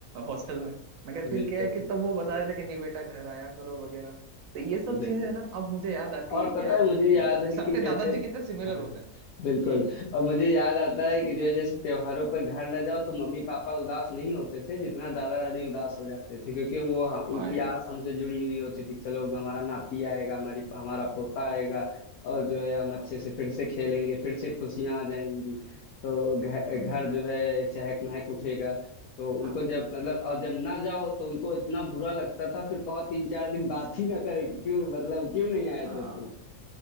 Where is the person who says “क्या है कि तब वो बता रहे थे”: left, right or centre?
Right